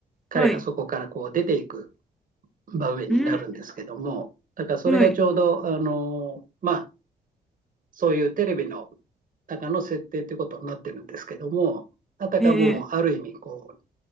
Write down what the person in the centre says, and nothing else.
はい。
うん、
はい。
ええ、